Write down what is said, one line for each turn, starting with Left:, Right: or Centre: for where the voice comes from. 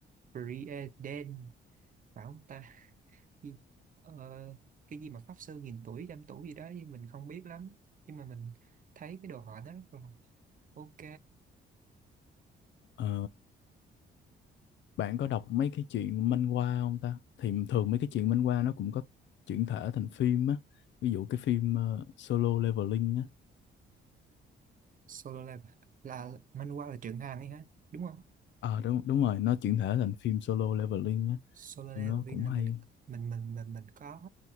Right: Free Eden phải không ta gì ờ, cái gì mà pháp sư nghìn tuổi trăm tuổi gì đó thì mình không biết lắm nhưng mà mình thấy cái đồ họa nó rất là ok
Left: ờ bạn có đọc mấy cái chuyện manhwa không ta thì thường mấy cái chuyện manhwa nó cũng có chuyển thể thành phim á ví dụ cái phim ờ, Solo Leveling á
Right: Solo Leveling là manhwa là truyện Hàn ấy hả đúng không
Left: ờ đúng đúng rồi nó chuyển thể thành phim Solo Leveling á
Right: Solo Leveling
Left: phim nó cũng
Right: là
Left: hay
Right: mình mình mình mình mình có